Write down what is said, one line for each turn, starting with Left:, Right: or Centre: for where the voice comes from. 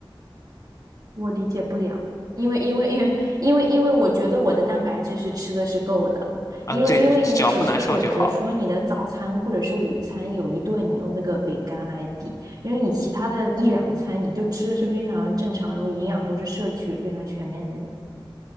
Right: 我理解不了，因为因为因为因为因为我觉得我的蛋白质是吃的是够的，
Left: 嗯，
Right: 因为因为你只是选择说你的早餐或者是午餐有一顿你用那个饼干来抵，
Left: 对，你只要不难受就好。
Right: 因为你其他的一两餐你就吃的是非常正常，然后营养都是摄取非常全面的呀。